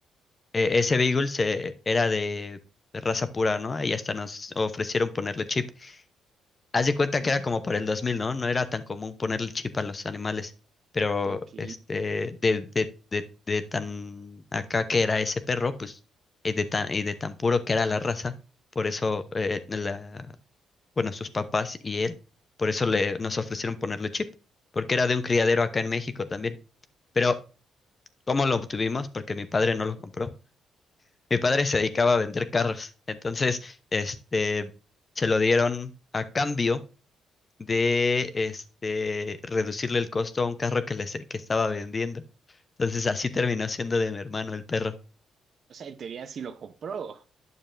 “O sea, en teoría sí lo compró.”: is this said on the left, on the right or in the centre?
Right